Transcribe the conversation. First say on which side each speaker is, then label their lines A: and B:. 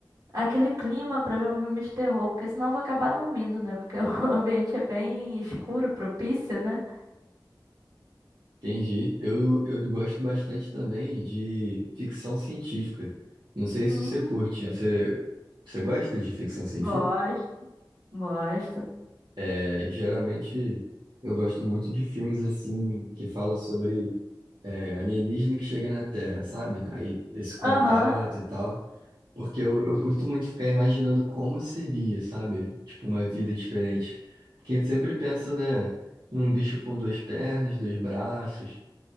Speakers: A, on the right; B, on the right.
A: aquele clima pra ver um filme de terror, porque senão eu vou acabar dormindo, né? Porque <laughs> o ambiente é bem escuro, propício, né?
B: Entendi. Eu, eu gosto bastante também de ficção científica. Não sei se
A: Hum,
B: você curte. Você, você gosta de ficção científica?
A: gosto, gosto.
B: É, geralmente eu gosto muito de filmes assim que falam sobre é, alienígena que chega na Terra, sabe? Aí esse contato
A: Aham.
B: e tal. Porque eu, eu curto muito ficar imaginando como seria, sabe? Tipo, uma vida diferente. Porque a gente sempre pensa, né, num bicho com duas pernas, dois braços.